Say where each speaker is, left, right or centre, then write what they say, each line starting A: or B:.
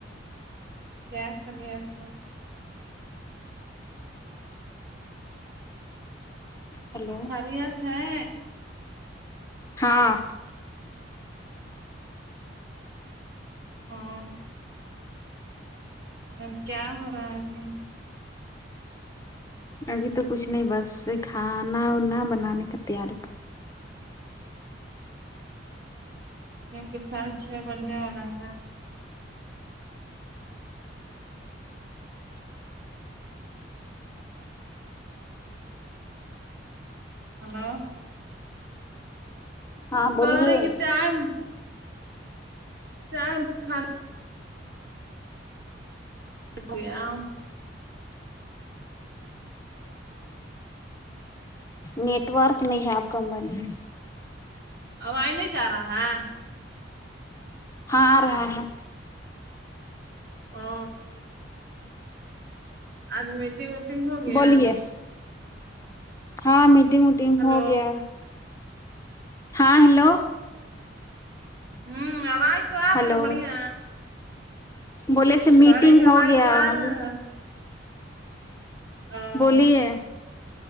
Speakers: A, on the right (about 55°); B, on the left (about 15°).
A: کیا خیریت سے
B: ہیلو
A: خیریت ہے
B: ہاں
A: ہاں ا کیا ہو رہا ہے ابھی
B: ابھی تو کچھ نہیں بس کھانا وانا بنانے کا تیاری
A: دن کے ساڑھے چھ بجنے والے ہے نا ہلو
B: ہاں بولیے
A: کرے گی ٹائم ٹائم خالی گیا <unintelligible>
B: نیٹورک نہیں ہےآپ کمپنی <unintelligible>
A: آ واز نہیں جا رہا ہے
B: ہاں آرہا ہے
A: ہا آج میٹنگ ویٹنگ ہو گیا
B: بولیے ہاں میٹنگ وٹنگ
A: ہلو
B: ہو گیا ہاں ہیلو
A: ہوں آواز تو آ
B: ہلو
A: رہا ہے بڑھیا
B: بولے سے میٹنگ
A: کرے کا
B: ہو
A: آواز
B: گیا
A: تو آ
B: ہیلو
A: رہا ہے ا
B: بولئیے